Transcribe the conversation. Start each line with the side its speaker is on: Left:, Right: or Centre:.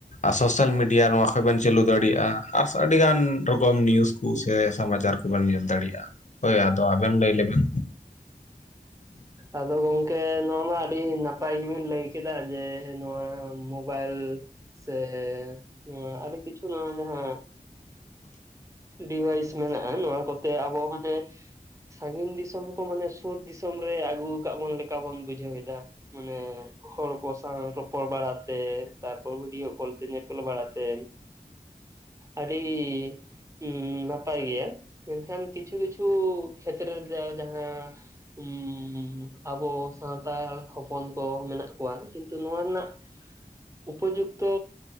Left: ᱥᱳᱥᱟᱞ ᱢᱤᱰᱤᱭᱟ ᱱᱚᱣᱟ ᱠᱷᱚᱡ ᱵᱮᱱ ᱪᱟᱹᱞᱩ ᱫᱟᱲᱮᱭᱟᱜ-ᱟ᱾ ᱟᱨ ᱟᱹᱰᱤ ᱜᱟᱱ ᱨᱚᱠᱚᱢ ᱱᱤᱭᱩᱡ ᱠᱚ ᱥᱮ ᱥᱚᱢᱟᱪᱟᱨ ᱠᱚᱵᱮᱱ ᱧᱮᱞ ᱫᱟᱲᱮᱭᱟᱜ-ᱟ, ᱦᱳᱭ ᱟᱨ ᱫᱚ ᱟᱵᱮᱱ ᱞᱟᱹᱭ ᱞᱮᱵᱮᱱ,
Right: ᱟᱫᱚ ᱜᱚᱝᱠᱮ ᱱᱚᱣᱟ ᱢᱟ ᱟᱹᱰᱤ ᱱᱟᱯᱟᱭ ᱜᱮᱵᱤᱱ ᱞᱟᱹᱭ ᱠᱮᱫᱟ ᱡᱮ ᱱᱚᱣᱟ ᱢᱳᱵᱟᱭᱤᱞ ᱥᱮ ᱱᱚᱣᱟ ᱠᱤᱪᱷᱩ ᱱᱚᱣᱟ ᱡᱟᱸᱦᱟ ᱰᱤᱵᱷᱟᱭᱤᱥ ᱢᱮᱱᱟᱜ-ᱟ ᱱᱚᱣᱟ ᱠᱚᱛᱮ ᱟᱵᱚ ᱡᱮ ᱥᱟᱺᱜᱤᱧ ᱫᱤᱥᱚᱢ ᱠᱚ ᱢᱟᱱᱮ ᱥᱩᱨ ᱫᱤᱥᱚᱢ ᱨᱮ ᱟᱹᱜᱩ ᱠᱟᱜ ᱵᱚᱱ ᱞᱮᱠᱟ ᱵᱚᱱ ᱵᱩᱡᱷᱟᱹᱣ ᱮᱫᱟ᱾ ᱢᱟᱱᱮ ᱦᱚᱲ ᱠᱚ ᱥᱟᱶ ᱨᱚᱯᱚᱲ ᱵᱟᱲᱟ ᱛᱮ ᱛᱟᱨᱯᱚᱨ ᱵᱷᱤᱰᱭᱳ ᱠᱚᱞ ᱛᱮ ᱧᱮᱯᱮᱞ ᱵᱟᱲᱟᱛᱮ ᱟᱹᱰᱤ ᱩᱢ ᱱᱟᱯᱟᱭ ᱜᱮᱭᱟ ᱢᱮᱱᱠᱷᱟᱱ ᱠᱤᱪᱷᱩ ᱠᱤᱪᱷᱩ ᱠᱷᱮᱛᱛᱮᱨᱮ ᱨᱮ ᱡᱟᱦᱟᱸ <unintelligible> ᱟᱵᱚ ᱥᱟᱱᱛᱟᱲ ᱦᱚᱯᱚᱱ ᱠᱚ ᱢᱮᱱᱟᱜ ᱠᱚᱣᱟ ᱠᱤᱱᱛᱩ ᱱᱚᱣᱟ ᱨᱮᱱᱟᱜ ᱩᱯᱚᱡᱩᱠᱛᱚ